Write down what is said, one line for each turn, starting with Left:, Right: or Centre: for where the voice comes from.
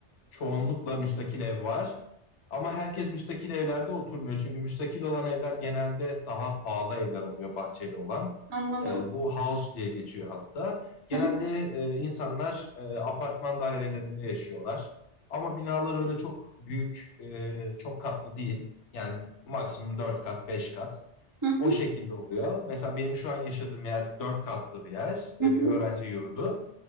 Left: çoğunlukla müstakil ev var. Ama herkes müstakil evlerde oturmuyor. Çünkü müstakil olan evler genelde daha pahalı evler oluyor bahçeli olan.
Right: Anladım.
Left: E, bu house diye geçiyor hatta. Genelde
Right: Hı
Left: e, insanlar e, apartman dairelerinde yaşıyorlar. Ama binalar öyle çok büyük, e, çok katlı değil. Yani maksimum 4 kat, 5 kat.
Right: hı,
Left: O şekilde oluyor. Mesela benim şu an yaşadığım yer dört katlı bir yer, e,
Right: hı hı,
Left: bir öğrenci yurdu.